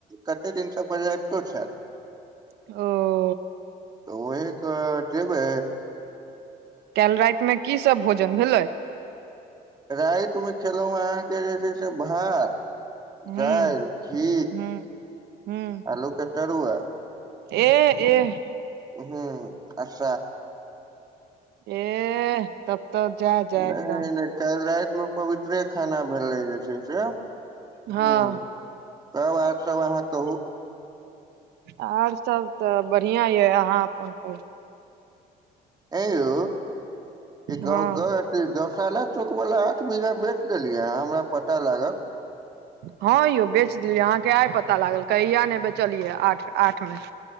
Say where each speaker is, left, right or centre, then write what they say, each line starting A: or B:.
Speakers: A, on the right; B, on the right.
A: कते दिनसँ बजैबतो छैल।
B: ओ।
A: तऽ ओहेकात जैबे।
B: काइल राइत मे कि सभ भोजन भेलै।
A: राइत मे खेलौ अहाँकेँ जे छै से भात।
B: हूँ
A: दाइल घी
B: हूँ हूँ
A: आलु के तरुआ।
B: एह एह
A: हू अस
B: एह तब तब जा जा एकदम
A: नहि नहि काल्हि राति मे पवित्रे खाना भेलै जे छै से
B: हँ
A: हू तऽ आर सभ सब अहाँ कहू
B: ओर सभ तऽ बढ़िआ यऽ अहाँ अपन कहू
A: आए ई घर
B: हँ
A: गौशाला चौक वाला आठ बीघहा बेच देलियै अहाॅं हमरा पता लागल।
B: हाॅ यौ बेच देलियै अहाँके आय पता लागल कहिया ने बेचलियै आठ आठ मे